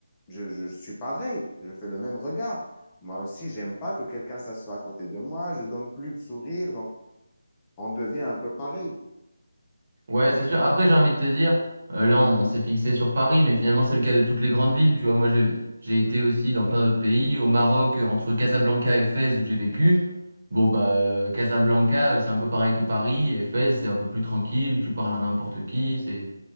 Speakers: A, on the left (about 15°); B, on the right (about 50°).
A: je, je suis pareil, je fais le même regard. Moi aussi, j'aime pas que quelqu'un s'assoie à côté de moi, je donne plus de sourire, donc on devient un peu pareil.
B: Ouais, c'est sûr. Après, j'ai envie de te dire, euh, là, on, on s'est fixé sur Paris, mais finalement, c'est le cas de toutes les grandes villes. Tu vois, moi, j'ai, j'ai été aussi dans plein d'autres pays. Au Maroc, euh, entre Casablanca et Fès, où j'ai vécu. Bon, bah, euh, Casablanca, euh, c'est un peu pareil que Paris. Et Fès, c'est un peu plus tranquille. Tu parles à n'importe qui. C'est.